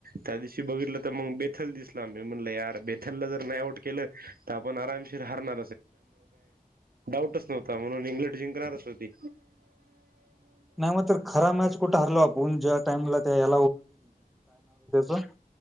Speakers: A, on the right; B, in the centre.
A: त्या दिवशी बघितलं तर मग बेथल दिसला म म्हणलंर बेथलला जर नाही. आप आम ह त्या का डट्ह जं सरस्वती
B: नाही मग तर खरा मॅच कुठं हरलो आपण ज्या टाइमला त्या का